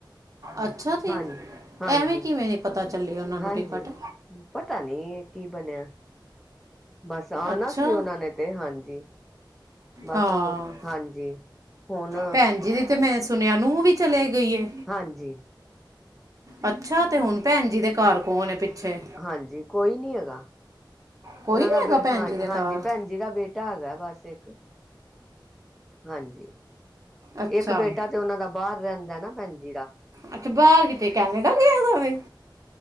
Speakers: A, in the centre; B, on the right (about 45°).
A: ਹਾਂ
B: ਅੱਛਾ ਜੀ
A: ਹਾਂਜੀ ਹਾਂਜੀ
B: ਐਵੇਂ ਕਿਵੇਂ ਨਹੀ ਪਤਾ ਚੱਲੀ ਉਹਨਾਂ ਨੂੰ
A: ਹਾਂਜੀ
B: ਟਿਕਟ
A: ਪਤਾ ਨੀ ਕੀ ਬਣਿਆ ਬਸ ਆਉਣਾ
B: ਅੱਛਾ
A: ਸੀ ਉਹਨਾਂ ਨੇ ਤੇ ਹਾਂਜੀ ਬਸ
B: ਹਾਂ
A: ਉਹ ਹਾਂਜੀ ਹੁਣ
B: ਭੈਣ ਜੀ ਦੀ ਤੇ ਮੈਂ ਸੁਣਿਆ ਨੂੰਹ ਵੀ ਚਲੇ ਗਈ ਏ
A: ਹਾਂਜੀ
B: ਅੱਛਾ ਤੇ ਹੁਣ ਭੈਣ ਜੀ ਦੇ ਘਰ ਕੌਣ ਪਿੱਛੇ
A: ਹਾਂਜੀ ਕੋਈ ਨੀ ਹੈਗਾ
B: ਕੋਈ
A: ਉਹਨਾਂ
B: ਨਹੀਂ
A: ਦਾ
B: ਹੈਗਾ
A: ਬੇ
B: ਭੈਣ
A: ਹਾਂ
B: ਜੀ ਦੇ
A: ਹਾਂਜੀ
B: ਘਰ
A: ਭੈਣ ਜੀ ਦਾ ਬੇਟਾ ਢਾਗਾ ਬਸ ਇੱਕ, ਹਾਂਜੀ
B: ਅੱਛਾ
A: ਇੱਕ ਬੇਟਾ ਤੇ ਉਹਨਾ ਦਾ ਬਾਹਰ ਰਹਿੰਦਾ ਨਾ ਭੈਨਜੀ ਦਾ
B: ਅੱਛਾ, ਬਾਹਰ ਕਿਤੇ ਕੈਨੇਡਾ ਗਿਆ ਦਵੇਂ